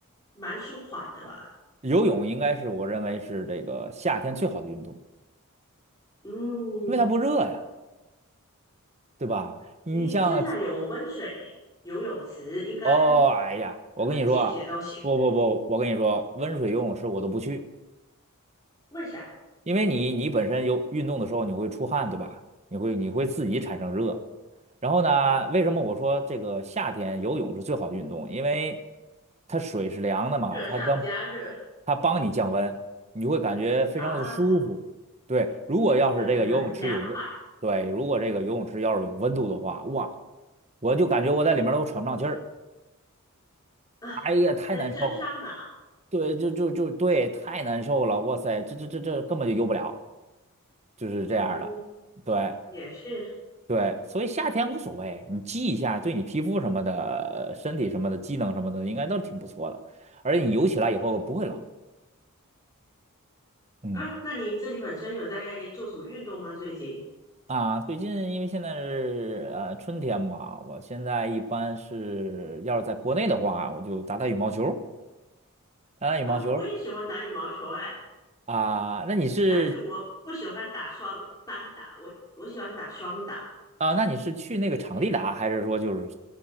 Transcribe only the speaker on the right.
游泳应该是我认为是这个夏天最好的运动，
因为它不热呀，对吧？你像，
哦，哎呀，我跟你说啊，不不不，我跟你说，温水游泳池我都不去。
因为你你本身有运动的时候你会出汗，对吧？你会你会自己产生热。然后呢，为什么我说这个夏天游泳是最好的运动？因为它水是凉的嘛，
它当它帮你降温，你会感觉非常的舒服。
对，如果要是这个游泳池有温，
对，如果这个游泳池要是有温度的话，哇，我就感觉我在里面都喘不上气儿，
哎呀，太难受了。
对，就就就对，太难受了，哇塞，这这这这根本就游不了。就是这样的。
对
对，所以夏天无所谓，你积一下，对你皮肤什么的、身体什么的、机能什么的，应该都挺不错的。而且你游起来以后不会冷嗯
啊。最近因为现在是呃春天嘛，我现在一般是要是在国内的话，我就打打羽毛球，打打羽毛球
啊。那你是
啊？那你是去那个场地打，
还是说就是